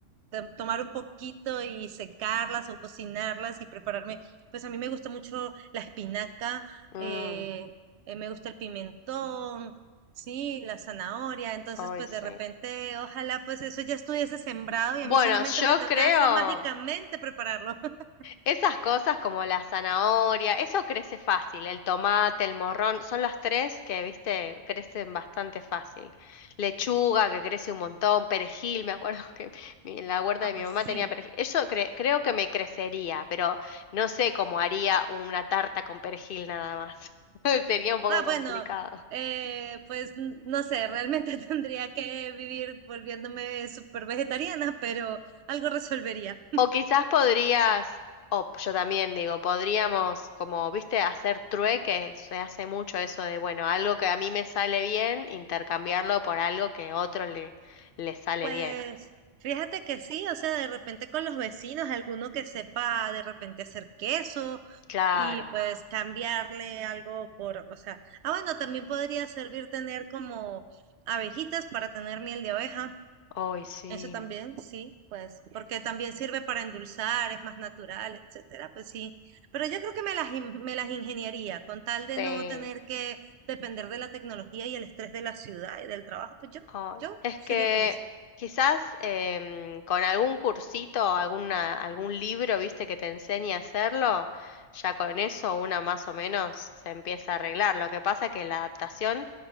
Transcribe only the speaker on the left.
Mm,
hoy
sí.
Bueno,
yo
creo.
Esas cosas como la zanahoria, eso crece fácil, el tomate, el morrón, son las tres que, viste, crecen bastante fácil. Lechuga, que crece un montón, perejil, me acuerdo <laughs> que mi- en la huerta
de mi
mamá
tenía perejil. Eso cre- creo que me crecería, pero no sé cómo haría una tarta con perejil nada más. <laughs> Sería un poco
complicado.
O quizás podrías, o yo también digo, podríamos, como viste, hacer trueque, se hace mucho eso de, bueno, algo que a mí me sale bien, intercambiarlo por algo que a otro le, le sale
bien.
Claro,
hoy sí.
Sí.
Ay,
Es
que
quizás em, con algún cursito, alguna, algún libro, viste, que te enseñe a hacerlo, ya con eso una más o menos se empieza a arreglar. Lo que pasa que la adaptación